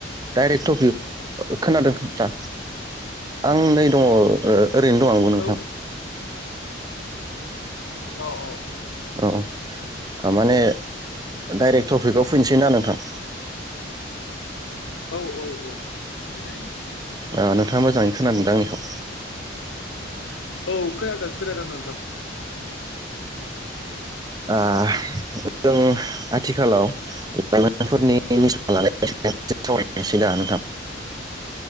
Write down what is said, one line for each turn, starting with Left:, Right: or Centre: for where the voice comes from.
Right: डाइरेक्ट टपिक खोनादों खथा आं नै दङ ओरैनो दं आंबो नोंथां
Left: औ औ अ अ
Right: औ माने डाइरेक्ट टपिकआव फैनोसै ना नोंथां
Left: औ औ औ फैजायो
Right: ओ नोंथाङा मोजाङै खोनादोंदा आंनिखौ
Left: औ खोनादों खोनादों नोंथां
Right: आ जों आथिखालाव लाइमोनफोरनि निसा लानाय सावरायनोसै दा नोंथां